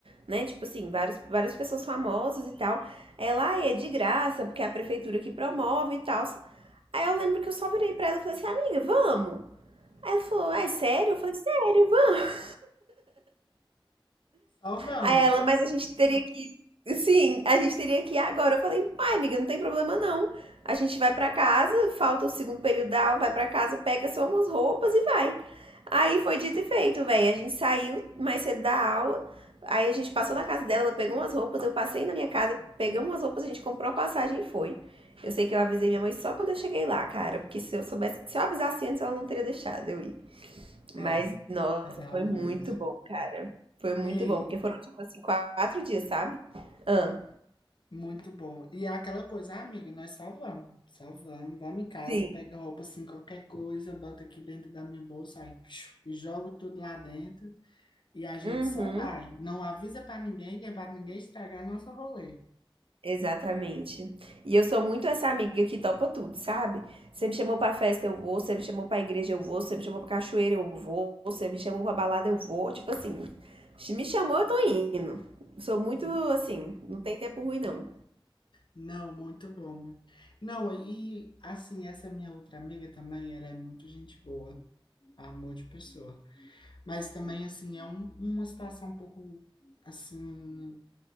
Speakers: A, on the right; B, on the left.
A: né, tipo assim, vários, várias pessoas famosas e tal. Ela, ah, é de graça, porque é a prefeitura que promove e tal. Aí eu lembro que eu só virei pra ela e falei assim, amiga, vamos? Aí ela falou, ah, é sério? Eu falei, sério, vamos.
B: Só vamos.
A: Aí ela, mas a gente teria que. Sim, a gente teria que ir agora. Eu falei, ai, amiga, não tem problema não. A gente vai pra casa, falta o segundo período da aula, vai pra casa, pega só umas roupas e vai. Aí foi dito e feito, velho. A gente saiu mais cedo da aula. Aí a gente passou na casa dela, ela pegou umas roupas, eu passei na minha casa, pegamos umas roupas, a gente comprou a passagem e foi. Eu sei que eu avisei minha mãe só quando eu cheguei lá, cara, porque se eu soubesse, se eu avisasse antes, ela não teria deixado eu ir. Mas,
B: É,
A: nossa,
B: realmente.
A: foi muito bom, cara. Foi muito
B: Ei.
A: bom, porque foram, tipo assim, quatro dias, sabe? Ah,
B: Muito bom. E é aquela coisa, ah, amiga, nós só vamos, só vamos, vamos em casa,
A: sim.
B: pega roupa assim, qualquer coisa, bota aqui dentro da minha bolsa aí, psiu, e jogo tudo lá dentro e a gente
A: Uhum,
B: só vai. Não avisa pra ninguém, que é pra ninguém estragar nosso rolê.
A: exatamente. E eu sou muito essa amiga que topa tudo, sabe? Você me chamou pra festa, eu vou. Você me chamou pra igreja, eu vou. Você me chamou pra cachoeira, eu vou. Você me chamou pra balada, eu vou. Tipo assim, se me chamou, eu tô indo. Sou muito,
B: N-
A: assim, não tem tempo ruim, não.
B: Não, muito bom. mu- Não, e assim, essa minha outra amiga também, ela é muito gente boa, amor de pessoa. Mas também, assim, é um- uma situação um pouco, assim,